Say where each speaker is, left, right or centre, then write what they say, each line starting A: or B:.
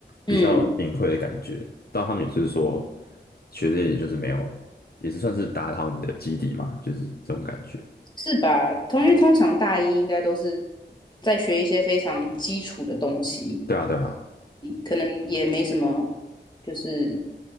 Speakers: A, on the left; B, on the left.
A: 比较隐晦的感觉。
B: 嗯，
A: 然，他们也是说学这些也就是没有，也是算是打好你的基底嘛，就是这种感觉。
B: 是吧？通因为通常大一应该都是在学一些非常基础的东西，
A: 对啊，对啊，
B: 可能也没什么，就是